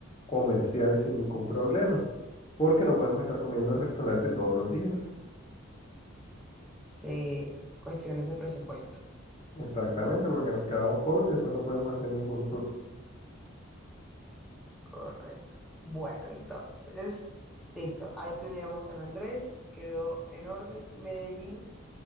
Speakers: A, on the left (about 30°); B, in the centre.
A: comerciales sin ningún problema, porque no podemos estar comiendo en restaurante todos los días.
B: Sí, cuestiones de presupuesto.
A: Exactamente, porque nos quedamos pobres y después no podemos hacer ningún tour.
B: Correcto. Bueno, entonces, listo. Ahí planeamos San Andrés, quedó en orden. Medellín,